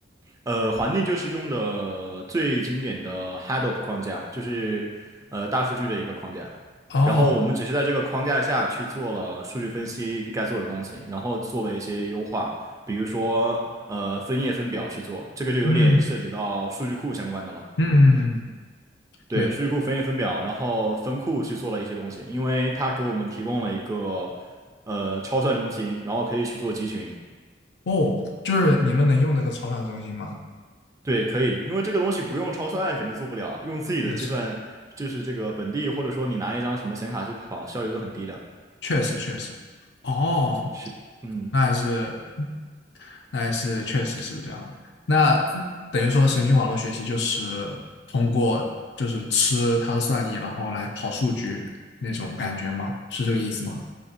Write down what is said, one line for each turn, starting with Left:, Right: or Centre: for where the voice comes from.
Right: 呃，环境就是用的最经典的 Hadoop 框架，就是呃大数据的一个框架。
Left: 哦，
Right: 然后我们只是在这个框架下去做了数据分析该做的东西，然后做了一些优化，比如说呃分页分表去做，这个就有点涉及到数据库相关的了。
Left: 嗯嗯嗯，嗯
Right: 对，
Left: 对，
Right: 数据库分页分表，然后分库去做了一些东西，因为它给我们提供了一个呃超算中心，然后可以去做集群。
Left: 哦，就是你们能用那个超算中心吗？
Right: 对，可以，因为这个东西不用超算肯定做不了，用自己的计算就是这个本地，
Left: 确实，
Right: 或者说你拿一张什么显卡去跑，效率都很低的。
Left: 确实，确实。哦，
Right: 是，嗯。
Left: 那还是，那还是确实是这样的。那等于说神经网络学习就是通过就是吃它的算力，然后来跑数据那种感觉吗？是这个意思吗？